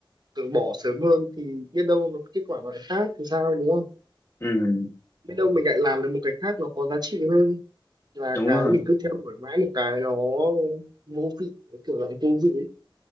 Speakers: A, on the right; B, on the left.
A: tường bỏ sớm hơn thì biết đâu nó kết quả nó lại khác thì sao đúng không
B: ừ,
A: biết đâu mình lại làm được một cái khác nó có giá trị hơn là
B: đúng
A: cái
B: rồi
A: mình cứ theo đuổi mãi một cái nó vô vị cái kiểu dạng vô vị ấy.